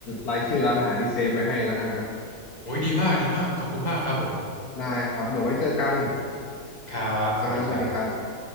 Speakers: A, on the left; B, on the left.
A: รายชื่อร้านอาหารที่เซฟไว้ให้แล้วกันฮะ
B: โอ้ยดีมากดีมาก ขอบคุณมากครับผม
A: ได้ครับ เดี๋ยวไว้เจอกัน
B: ครับ
A: ครับสวัสดีครับ
B: สวัสดีครับ